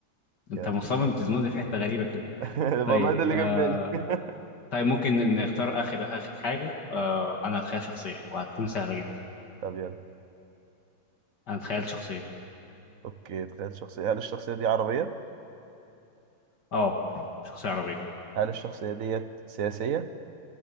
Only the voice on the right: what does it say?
كده.
<laughs>
والله ده اللي
جاب بالي <laughs>
طب يلا
اوكي تخيل شخصية هل الشخصية دي عربية؟
هل الشخصية ديت سياسية؟